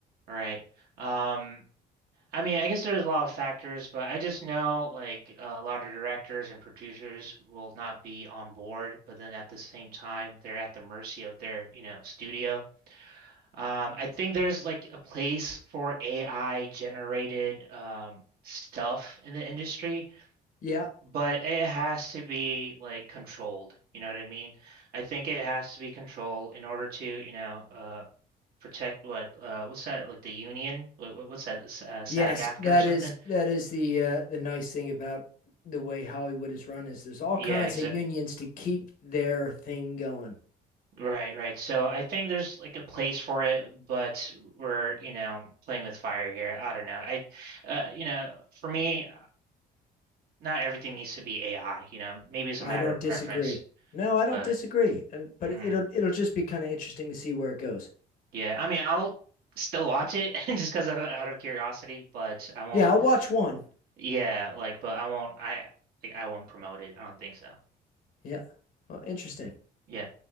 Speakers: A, on the right; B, on the left.
A: right. Um, I mean, I guess there's a lot of factors, but I just know like a lot of directors and producers will not be on board, but then at the same time, they're at the mercy of their, you know, studio. Um, I think there's like a place for AI generated um stuff in the industry,
B: Yeah.
A: but it has to be like controlled. You know what I mean? I think it has to be controlled in order to, you know, uh protect what uh what's that like the union? What, what- what's that S- uh, SAG
B: Yes,
A: after
B: that
A: or something?
B: is that is the uh, the nice thing about the way Hollywood is run is there's all
A: Yeah,
B: kinds
A: exa
B: of unions to keep their thing going.
A: right, right. So I think there's like a place for it, but we're, you know, playing with fire here. I don't know. I uh, you know, for me, not everything needs to be AI, you know. Maybe it's
B: I
A: a matter
B: don't
A: of
B: disagree.
A: preference,
B: No, I
A: but
B: don't disagree. And but
A: hmm
B: it- will it'll just be kind of interesting to see where it goes.
A: yeah. I mean, I'll still watch it <laughs> just because of out of curiosity, but I won't.
B: Yeah, I'll watch one.
A: Yeah, like, but I won't. I like I won't promote it. I don't think so.
B: Yeah. Well, interesting.
A: Yeah.